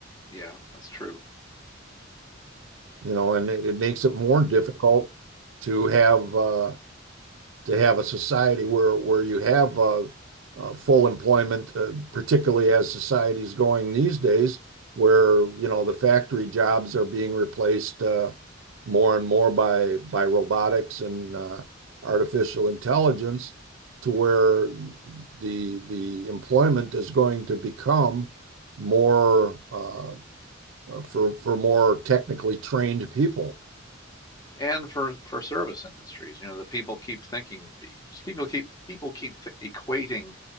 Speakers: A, on the left; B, on the right.
A: Yeah, that's true.
B: you know, and it, it makes it more difficult
A: <clears throat>
B: to have uh, to have a society where where you have uh, uh, full employment, uh, particularly as society is going these days, where you know the factory jobs are being replaced uh, more and more by by robotics and uh, artificial intelligence, to where the the employment is going to become more uh, for for more technically trained people.
A: And for for service industries, you know, the people keep thinking people keep people keep th- equating